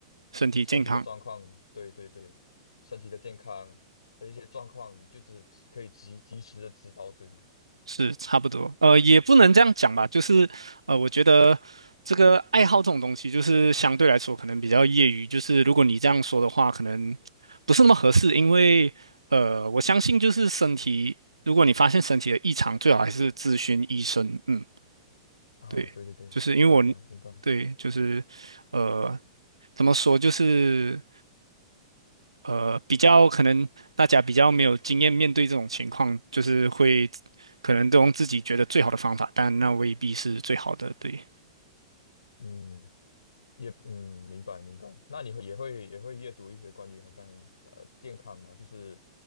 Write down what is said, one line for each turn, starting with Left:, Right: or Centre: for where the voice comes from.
Right: 身体健康
Left: 身体的状况，对对对，身体的健康的一些状况，你就只可以及及时的知道，对吗？
Right: 是差不多。呃，也不能这样讲吧，就是呃，我觉得这个爱好这种东西，就是相对来说可能比较业余。就是如果你这样说的话，可能不是那么合适，因为呃，我相信就是身体，如果你发现身体的异常，最好还是咨询医生。嗯，
Left: 啊，
Right: 对，
Left: 对对对，
Right: 就是因为我，
Left: 明白明白，
Right: 对，就是呃，怎么说，就是。呃，比较可能大家比较没有经验，面对这种情况，就是会可能都用自己觉得最好的方法，但那未必是最好的。对，
Left: 嗯，也嗯，明白明白。那你会也会也会阅读一些关于好像呃健康嘛，就是